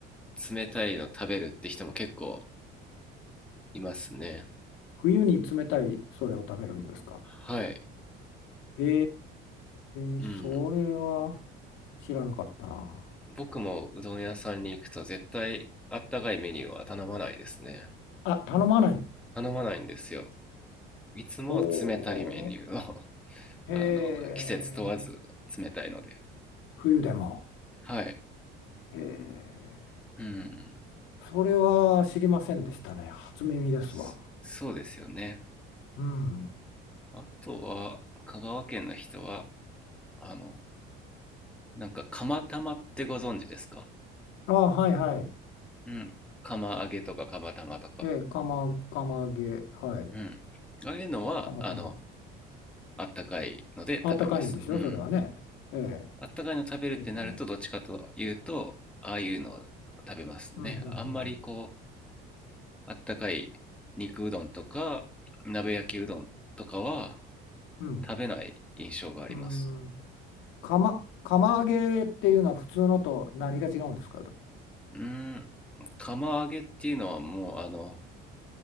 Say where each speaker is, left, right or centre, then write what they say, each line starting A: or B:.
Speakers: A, in the centre; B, on the left.
A: 冷たいの食べるって人も結構いますね。
B: 冬に冷たいそれを食べるんですか。
A: はい。
B: へえ、
A: うん。
B: それは知らなかったな。
A: 僕もうどん屋さんに行くと絶対あったかいメニューは頼まないですね。
B: あ、頼まない。
A: 頼まないんですよ。いつも冷たいメニューを
B: おー、
A: <laughs>
B: へえ、
A: あの、季節問わず冷たいので。
B: 冬でも。
A: はい。
B: へえ、
A: うん。
B: それは知りませんでしたね。初耳ですわ。
A: そそうですよね。
B: うん。
A: あとは、香川県の人は、あの、なんか釜玉ってご存知ですか
B: あ、はいはい。
A: うん。釜揚げとか釜玉とか。
B: ええ、釜、釜揚げ、はい。
A: うん。ああいうのは、
B: 釜玉。
A: あの、あったかいので食べます。
B: あったかいんでしょ、
A: うん。
B: それはね。え
A: あったかいの食べるってなると、
B: え、ですよね。
A: どっちかというと、ああいうのを食べますね。
B: うんうんう
A: あんまりこう、
B: ん。
A: あったかい肉うどんとか、鍋焼きうどんとかは
B: うん。
A: 食べない印象があります。
B: うん。釜、釜揚げっていうのは普通のと何が違うんですかと。
A: うーん、釜揚げっていうのはもう、あの、